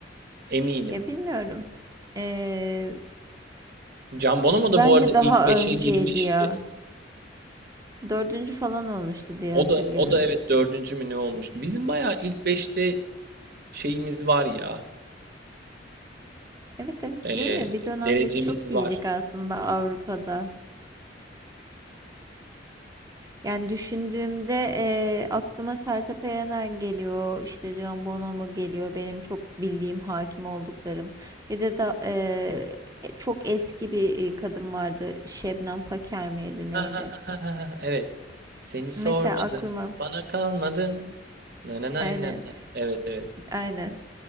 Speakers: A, on the right; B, on the right.
A: Eminim.
B: Ya bilmiyorum. Ee,
A: Can Bonomo da
B: bence
A: bu arada
B: daha
A: ilk beşe
B: önceydi
A: girmişti.
B: ya. Dördüncü falan olmuştu diye
A: O
B: hatırlıyorum.
A: da o da evet dördüncü mü ne olmuştu? Bizim bayağı ilk beşte şeyimiz var ya.
B: Evet evet
A: eee,
B: diyorum ya bir dönem
A: derecemiz
B: biz çok iyiydik
A: var.
B: aslında Avrupa'da. Yani düşündüğümde ee, aklıma Sertab Erener geliyor, işte Can Bonomo geliyor, benim çok bildiğim hakim olduklarım. Bir de da ee, e, çok eski bir e, kadın vardı, Şebnem Paker miydi neydi?
A: Ha, ha, ha, ha, ha, ha, Evet. Seni sormadım.
B: Mesela aklıma
A: Bana kalmadın. Na na na
B: aynen
A: na na. Evet evet.
B: aynen.